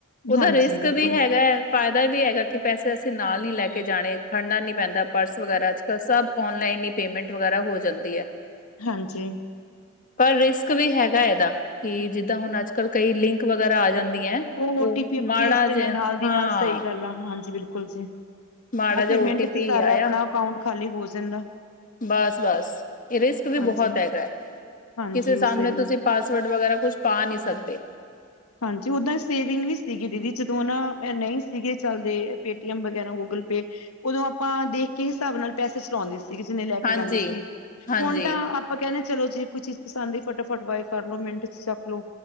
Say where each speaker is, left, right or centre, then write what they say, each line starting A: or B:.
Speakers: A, on the left; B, on the left.
A: ਉਹਦਾ
B: ਹਾਂਜੀ
A: ਰਿਸਕ
B: ਬਿਲਕੁਲ
A: ਵੀ ਹੈਗਾ ਹੈ ਫਾਇਦਾ ਵੀ ਹੈਗਾ ਕਿ ਪੈਸੇ ਅਸੀਂ ਨਾਲ ਨ ਲੈ ਕੇ ਜਾਣੇ ਖੜਨਾ ਨੀ ਪੈਂਦਾ ਪਰਸ ਵਗੈਰਾ ਚ ਸ ਨਲਾਈਨ ਹੀ ਪੇਮੈਂਟ ਵਗੈਰਾ ਹੋ ਜਾਂਦੀ ਹੈ
B: ਹਾਂਜੀ
A: ਪਰ ਰਿਸਕ ਵੀ ਹੈਗਾ ਇਹਦਾ ਕਿ ਜਿੱਦਾਂ ਹੁਣ ਅੱਜ ਕਲ ਕਈ ਲਿੰਕ ਵਗੈਰਾ ਆ ਜਾਂਦੀਆਂ ਹੈ
B: ਉਹ ਓ ਟੀ ਪੀ ਆਪਾਂ
A: ਮਾੜਾ
B: ਭੇਜਦੇ
A: ਜਿਹਾ
B: ਨੇ ਹਾਂ ਨਾਲ ਦੀ
A: ਹਾਂ
B: ਨਾਲ ਸਹੀ ਗੱਲ ਆ ਹਾਂਜੀ ਬਿਲਕੁਲ ਜੀ
A: ਮਾੜਾ
B: ਉਹ
A: ਜਿਹਾ
B: ਫਿਰ
A: ਓ
B: ਮਿੰਟ
A: ਟੀ ਪੀ
B: ਚ ਸਾਰਾ
A: ਆਇਆ
B: ਆਪਣਾ ਅਕਾਊਂਟ ਖਾਲੀ ਹੋ ਜਾਂਦਾ
A: ਬਸ ਬਸ ਇਹ ਰਿਸਕ ਵੀ
B: ਹਾਂਜੀ,
A: ਬਹੁਤ ਹੈਗਾ
B: ਹਾਂਜੀ
A: ਕਿਸੇ ਸਾਹਮਣੇ
B: ਸਹੀ
A: ਤੁਸੀਂ ਪਾਸਵਰਡ ਵਗੈਰਾ ਕੁਛ ਪਾ ਨਹੀਂ ਸਕਦੇ
B: ਹਾਂਜੀ ਉਓਦਾਂ ਸੇਵਿੰਗ ਵੀ ਸੀਗੀ ਦੀਦੀ ਜਦੋਂ ਉਹਨਾਂ ਨਹੀਂ ਸੀਗੇ ਚੱਲਦੇ ਪੇਟੀਐਮ ਵਗੈਰਾ ਗੂਗਲ ਪੇ ਉਦੋਂ ਆਪਾਂ ਦੇਖ ਕੇ ਹਿਸਾਬ ਨਾਲ ਪੈਸੇ ਚਲਾਉਂਦੇ ਸੀਗੇ ਜਿਨੇ ਲੈ
A: ਹਾਂਜੀ
B: ਕੇ ਜਾਂਦੇ ਸੀ
A: ਹਾਂਜੀ
B: ਹੁਣ ਤਾਂ ਆਪਾਂ ਕਹਿੰਦੇ ਚਲੋ ਜੇ ਕੋਈ ਚੀਜ਼ ਪਸੰਦ ਫਟਾਫਟ ਬਾਏ ਕਰ ਲੋ ਮਿੰਟ ਚੱਕ ਲੋ